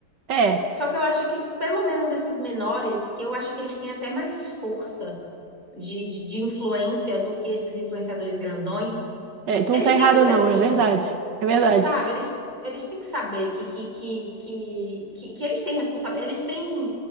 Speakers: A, on the right; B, on the right.
A: É.
B: Só que eu acho que, pelo menos esses menores, que eu acho que eles têm até mais força de, de, de influência do que esses influenciadores grandões,
A: É, tu
B: eles
A: não tá errada,
B: têm que ter,
A: não,
B: sim,
A: é verdade. É verdade.
B: sabe? Eles, eles têm que saber que, que, que, que, que, que eles têm responsabilidade. Eles têm.